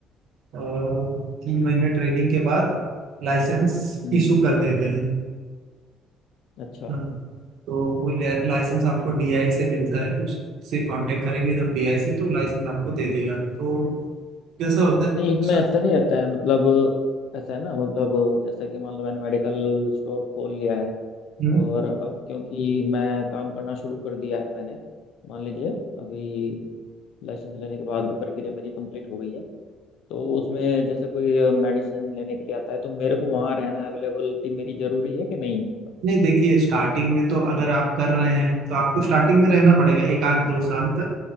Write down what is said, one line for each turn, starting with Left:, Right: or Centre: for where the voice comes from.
Right: अ, तीन महीने ट्रेनिंग के बाद लाइसेंस
Left: हम्म
Right: इशू कर देते हैं
Left: अच्छा
Right: हाँ, तो वो लाइसेंस आपको डीआई से मिलता है उससे कांटेक्ट करेंगे जब डीआई से तो लाइसेंस आपको दे देगा तो कैसा होता है
Left: नहीं इसमें
Right: स-
Left: ऐसा नहीं रहता है मतलब ऐसा है ना मतलब जैसा कि मान लो मैंने मेडिकल स्टोर खोल लिया है
Right: हम्म,
Left: और अब क्योंकि मैं काम करना शुरू कर दिया है मैंने मान लीजिए अभी लाइसेंस लेने के बाद की प्रक्रिया मेरी कंप्लीट हो गई है तो उसमें जैसे कोई मेडिसिन लेने के लिए आता है तो मेरे को वहाँ रहना अवेलेबिलिटी मेरी जरूरी है कि नहीं है उसमें
Right: नहीं देखिए स्टार्टिंग में तो अगर आप कर रहे हैं तो आपको स्टार्टिंग में रहना पड़ेगा एक आध दो साल तक